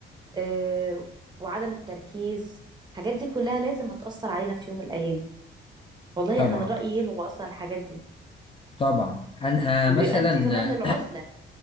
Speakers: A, on the right (about 20°); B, on the left (about 25°).
A: آه، وعدم التركيز الحاجات دي كلها لازم هتأثر علينا في يوم من الأيام والله
B: طبعا
A: أنا من رأيي يلغوا أصلا الحاجات دي
B: طبعا انا
A: وبيؤدي
B: آه، مثلا
A: كمان للعزلة